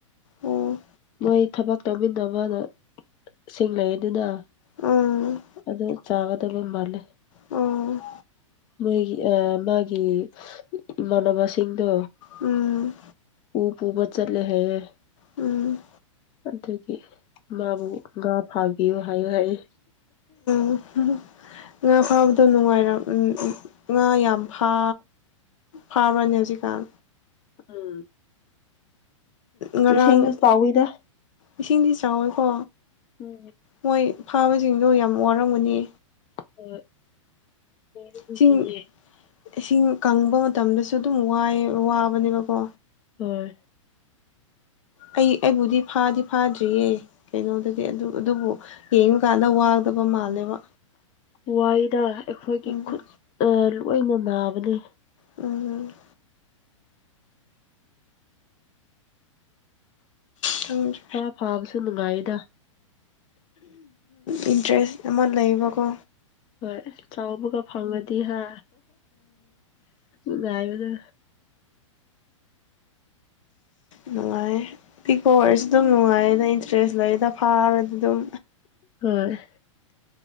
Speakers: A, on the left (about 70°); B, on the left (about 30°).
A: ꯑꯣ
B: ꯃꯣꯏ ꯊꯕꯛ ꯇꯧꯃꯤꯟꯅꯕꯗꯣ ꯁꯤꯡ ꯂꯩꯩ ꯑꯗꯨꯅ
A: ꯎꯝ
B: ꯑꯗꯨ ꯆꯥꯒꯗꯕ ꯃꯥꯜꯂꯦ
A: ꯎꯝ
B: ꯃꯣꯏꯒꯤ ꯃꯥꯒꯤ ꯏꯃꯥꯟꯅꯕꯁꯤꯡꯗꯣ
A: ꯎꯝ
B: ꯎꯄꯨꯕꯥ ꯆꯠꯂꯦ ꯍꯥꯏꯌꯦ
A: ꯎꯝ
B: ꯑꯗꯨꯒꯤ ꯃꯥꯕꯨ ꯉꯥ ꯐꯥꯕꯤꯌꯨ ꯍꯥꯏꯌꯨ ꯍꯥꯏꯌꯦ
A: <inaudible> ꯉꯥ ꯐꯥꯕꯗꯣ ꯅꯨꯡꯉꯥꯏꯔꯝ ꯉꯥ ꯌꯥꯝ ꯐꯥ ꯐꯥꯕꯅꯤ ꯍꯧꯖꯤꯀꯥꯟ
B: ꯎꯝ
A: ꯉꯔꯥꯡ
B: ꯏꯁꯤꯡꯁꯨ ꯆꯥꯎꯋꯤꯗ
A: ꯏꯁꯤꯡꯗꯤ ꯆꯥꯎꯋꯤꯀꯣ
B: ꯎꯝ
A: ꯃꯣꯏ ꯐꯥꯕꯁꯤꯡꯗꯨ ꯌꯥꯝ ꯋꯥꯔꯝꯒꯅꯤ
B: ꯍꯣꯏ ꯌꯥꯝ
A: ꯏꯁꯤꯡ
B: ꯀꯤꯌꯦ
A: ꯏꯁꯤꯡ ꯀꯪꯕ ꯃꯇꯝꯗꯁꯨ ꯑꯗꯨꯝ ꯋꯥꯏ ꯋꯥꯕꯅꯦꯕꯀꯣ
B: ꯍꯣꯏ
A: ꯑꯩ ꯑꯩꯕꯨꯗꯤ ꯐꯥꯗꯤ ꯐꯥꯗ꯭ꯔꯤꯌꯦ ꯀꯩꯅꯣꯗꯗꯤ ꯑꯗꯨ ꯑꯗꯨꯕꯨ ꯌꯦꯡꯕꯀꯥꯟꯗ ꯋꯥꯗꯕ ꯃꯥꯜꯂꯦꯕ
B: ꯋꯥꯌꯦꯗꯥ ꯑꯩꯈꯣꯏꯒꯤ
A: ꯎꯝ
B: ꯈꯨꯠ ꯂꯣꯏꯅ ꯅꯥꯕꯅꯦ
A: ꯎꯝ ꯎꯝ ꯈꯪꯗꯔꯦ
B: ꯉꯥ ꯐꯥꯕꯁꯨ ꯅꯨꯡꯉꯥꯏꯗ
A: ꯎꯝ ꯗꯔꯦꯁ ꯑꯃ ꯂꯩꯌꯦꯕꯀꯣ
B: ꯍꯣꯏ ꯆꯥꯎꯕꯒ ꯐꯪꯉꯗꯤ ꯍꯥ ꯉꯥꯏꯕꯗꯨ
A: ꯅꯨꯡꯉꯥꯏ ꯄꯤꯛꯄ ꯑꯣꯏꯔꯁꯨ ꯑꯗꯨꯝ ꯅꯨꯡꯉꯥꯏꯗ ꯏꯟꯇꯔꯦꯁ ꯂꯩꯗ ꯐꯥꯔꯗꯤ ꯑꯗꯨꯝ
B: ꯍꯣꯏ